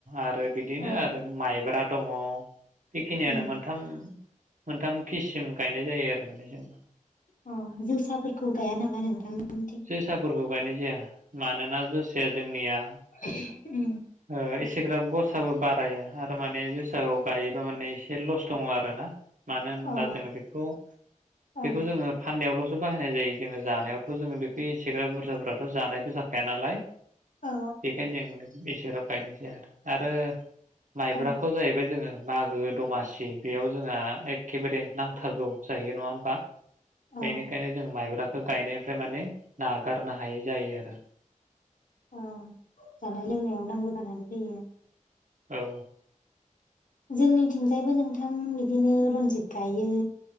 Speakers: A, on the right (about 70°); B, on the left (about 75°).
A: आरो बिदिनो
B: औ
A: आरो माइब्रा दङ। बेखिनियानो
B: उम
A: मोनथाम मोनथाम खिस सिम गाय नाय जायो आरो माने जोंना
B: अ जोसाफोरखौ गाया नामा नोंथांमोनथि?
A: जोसाफोरखौ गायनाय जाया मानोना जोसाया जोंनिया।
B: ओम
A: ओ एसेग्राब गसाबो बाराया आरो माने जोसाखौ गायोबा माने एसे लस दङ आरोना। मानो होनब्ला
B: अ
A: जोङो बेखौ
B: अ
A: बेखौ जोङो यावल'सो बाहायनाय जायो जोङो जानायाव थ' जोङो बेखौ एसेग्राब बुरजाफोराथ' जानायबो जाखाया नालाय
B: अ
A: बेखायनो जों एसेग्राब गायनाय जाया आरो माइब्राखौ
B: अ
A: जाहैबाय जोङो मागो दमासि बेयाव जोंहा एखेबारे नां औ जाहैयो नङा होमबा? बेनिखायनो
B: अ
A: जों माइब्रा बेखौ गायनायनिफ्राय माने नागारनो हायै जायो आरो।
B: अ जानाय लोंनायाव नांगौ जानानै फैयो।
A: औ
B: जोंनिथिंजायबो नोंथां बिदिनो रनजित गायो